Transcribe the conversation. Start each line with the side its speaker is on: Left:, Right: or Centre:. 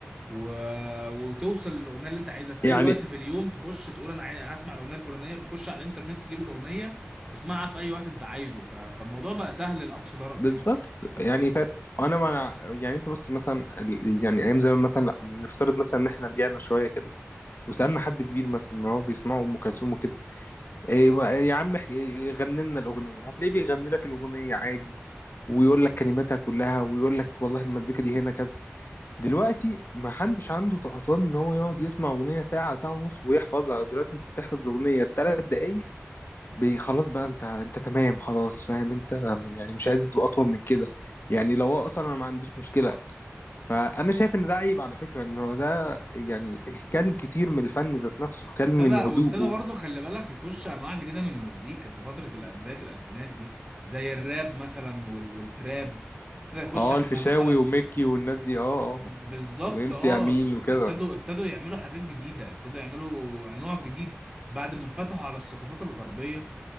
Right: و... وتوصل للاغنيه اللي انت عايزها في
Left: يعني
Right: اي وقت في اليوم تخش تقول انا عاي... هسمع الاغنيه الفلانيه بتخش على الانترنت تجيب الاغنيه تسمعها في اي وقت انت عايزه ف... فالموضوع بقى سهل لاقصى درجه
Left: بالظبط
Right: يعني
Left: يعني فاهم أنا ما يعني أنت بص مثلا ال- يعني أيام زمان مثلا نفترض مثلا إن إحنا رجعنا شوية كده وسألنا حد كبير مثلا إن هو بيسمعوا أم كلثوم وكده إيه ما- إيه، يا عم احكي- غني لنا الأغنية هتلاقيه بيغني لك الأغنية عادي ويقول لك كلماتها كلها ويقول لك والله المزيكا دي هنا كذا دلوقتي ما حدش عنده طقطان إن هو يقعد يسمع أغنية ساعة ساعة ونص ويحفظها دلوقتي أنت بتحفظ الأغنية تلات دقايق بي- خلاص بقى أنت أنت تمام خلاص فاهم أنت يعني مش عايز تبقى أطول من كده يعني لو هو أصلا أنا ما عنديش مشكلة فأنا شايف إن ده عيب على فكرة إن هو ده يعني كان كتير من الفن ذات نفسه كان
Right: ابتدى
Left: من
Right: وابتدى
Left: هدوءه
Right: برضه خلي بالك يخش انواع جديده من المزيكا في فتره ال... بدايه الالفينات دي زي الراب مثلا وال... والتراب ابتدى يخش
Left: اه
Right: احمد
Left: الفيشاوي
Right: مثلا
Left: وميكي والناس دي اه اه
Right: بالظبط
Left: وام سي
Right: اه
Left: امين وكده
Right: ابتدوا ابتدوا يعملوا حاجات جديده ابتدوا يعملوا نوع جديد بعد ما انفتحوا على الثقافات الغربيه